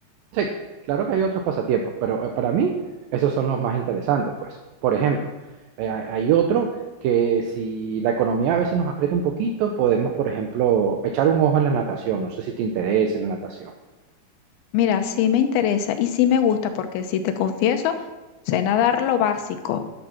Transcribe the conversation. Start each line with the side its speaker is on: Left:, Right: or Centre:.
Right: Sí, claro que hay otros pasatiempos, pero eh, para mí esos son los más interesantes, pues. Por ejemplo, eh, hay hay otro que si la economía a veces nos aprieta un poquito, podemos, por ejemplo, echar un ojo en la natación. No sé si te interesa la natación.
Left: Mira, sí me interesa y sí me gusta porque si te confieso, sé nadar lo básico,